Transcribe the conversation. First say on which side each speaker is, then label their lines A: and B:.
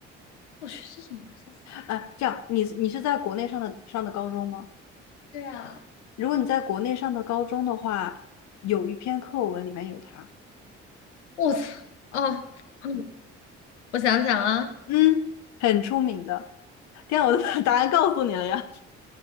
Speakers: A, on the left (about 75°); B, on the left (about 50°).
A: 我去，这什么玩意儿吓死我了！
B: 哎，这样，你你是在国内上的上的高中吗？
A: 对啊，
B: 如果你在国内上的高中的话，有一篇课文里面有它，
A: 我操，哦，嗯，我想想啊，
B: 嗯很出名的。天啊，我都把答案告诉你了呀！